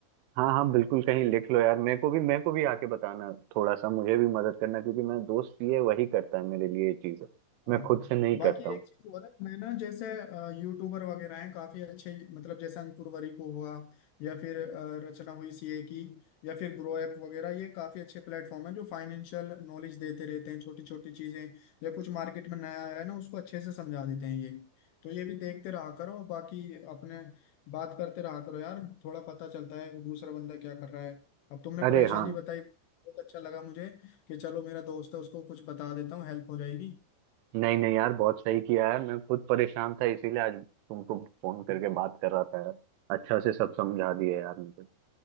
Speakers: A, on the right; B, on the left.
A: हाँ हाँ बिल्कुल कहीं लिख लो यार मेरे को भी मेरे को भी आके बताना थोड़ा सा मुझे भी मदद करना क्योंकि मेरा दोस्त पीए वही करता है मेरे लिए ये चीजें
B: हाँ
A: मैं खुद से नहीं
B: बाकी
A: करता हूँ
B: एक चीज और है मैं ना जैसे यूट्यूबर वगैरह हैं काफी अच्छे मतलब जैसे अंकुर वरीको हुआ या फिर अ, रचना हुई सीए की या फिर ग्रो ऐप वगैरह ये काफी अच्छे प्लेटफॉर्म हैं जो फाइनेंशियल नॉलेज देते रहते हैं छोटी छोटी चीजें या कुछ मार्केट में नया आया है ना उसको अच्छे से समझा देते हैं ये तो ये भी देखते रहा करो बाकी अपने बात करते रहा करो यार थोड़ा पता चलता है वो दूसरा बंदा क्या कर रहा है अब तुमने
A: अरे
B: परेशानी
A: हाँ
B: बताई बहुत अच्छा लगा मुझे कि चलो मेरा दोस्त है उसको कुछ बता देता हूँ हेल्प हो जाएगी
A: नहीं नहीं यार बहुत सही किया है मैं खुद परेशान था इसीलिए आज तुमको फोन करके बात कर रहा था यार अच्छा से सब समझा दिया यार मुझे